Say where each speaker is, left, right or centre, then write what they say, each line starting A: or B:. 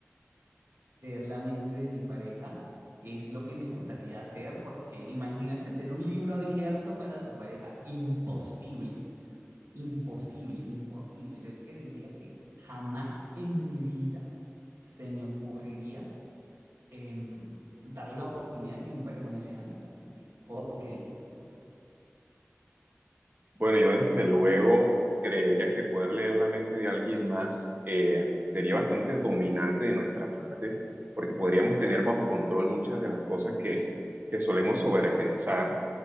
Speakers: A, on the right; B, on the right.
A: <laughs> leer la mente de mi pareja es lo que me gustaría hacer porque imagínate ser un libro abierto para tu pareja, imposible. Imposible, imposible. Yo creería que jamás en mi vida se me ocurriría em, darle la oportunidad que mi pareja me lea a mí la mente. ¿O tú qué dices, José?
B: Bueno, yo desde luego creería que poder leer la mente de alguien más eh, sería bastante dominante de nuestra parte, porque podríamos tener bajo control muchas de las cosas que, que solemos sobrepensar